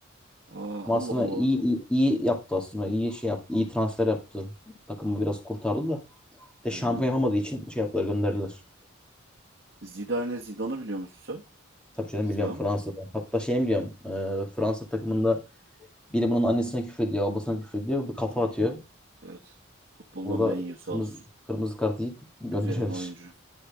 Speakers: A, on the right (about 55°); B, in the centre.
A: Aa,
B: Ama aslında
A: Allah Allah.
B: iyi, iyi, iyi yaptı aslında. İyi şey yaptı. İyi transfer yaptı. Takımı biraz kurtardı da. De
A: Hı.
B: şampiyon yapamadığı için şey yaptılar gönderdiler.
A: Zidane Zidane'ı biliyor musun sen?
B: Tabii canım
A: Zidane.
B: biliyorum Fransa'da. Hatta şeyini biliyorum. e, Fransa takımında biri bunun annesine küfrediyor, babasına küfrediyor. Bu kafa atıyor.
A: Evet. Futbolda
B: Orada
A: menyu sağ
B: kırmızı
A: olsun.
B: kırmızı kart yiyip gönderiyorlar.
A: Güzelim oyuncu.